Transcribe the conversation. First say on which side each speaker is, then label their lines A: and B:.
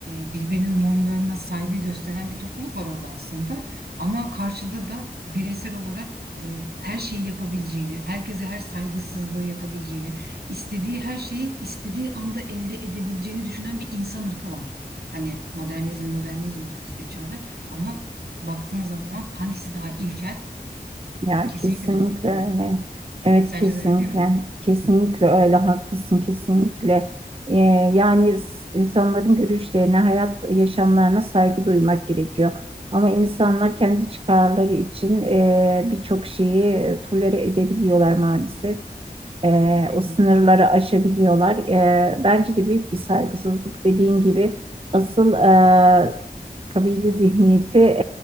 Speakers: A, on the right (about 75°); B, on the right (about 35°).
A: e, birbirinin normlarına saygı gösteren bir topluluk var orada aslında. Ama karşıda da bireysel olarak e, her şeyi yapabileceğini, herkese her saygısızlığı yapabileceğini, istediği her şeyi istediği anda elde edebileceğini düşünen bir insan ırkı var. Hani modernizm modernizm diyoruz işte çağda ama baktığın zaman hangisi daha ilkel?
B: Ya
A: Kesinlikle
B: kesinlikle
A: düşünce
B: öyle.
A: gücü.
B: Evet,
A: Sence
B: kesinlikle,
A: de öyle değil mi?
B: kesinlikle öyle. Haklısın, kesinlikle. E, yani s- insanların görüşlerine, hayat yaşamlarına saygı duymak gerekiyor. Ama insanlar kendi çıkarları için e, birçok şeyi tolere edebiliyorlar maalesef. e,
A: Bilmiyorum.
B: o sınırları aşabiliyorlar. E, bence de büyük bir saygısızlık dediğin gibi asıl e, kabile zihniyeti